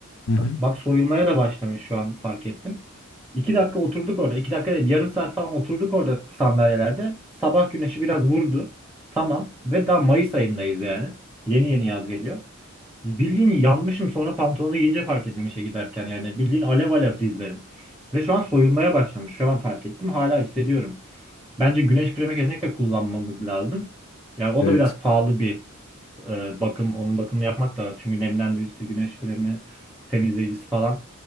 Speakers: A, on the left; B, in the centre.
A: Hı hı.
B: Bak soyulmaya da başlamış şu an fark ettim. İki dakika oturduk orada. iki dakika değil yarım saat falan oturduk orada sandalyelerde. Sabah güneşi biraz vurdu. Tamam. Ve daha Mayıs ayındayız yani. Yeni yeni yaz geliyor. Bildiğin yanmışım sonra pantolonu giyince fark ettim işe giderken yani bildiğin alev alev dizlerim. Ve şu an soyulmaya başlamış. Şu an fark ettim. Hala hissediyorum. Bence güneş kremi kesinlikle kullanmamız lazım. Yani o
A: Evet.
B: da biraz pahalı bir e, bakım. Onun bakımını yapmak da çünkü nemlendiricisi, güneş kremi, temizleyicisi falan.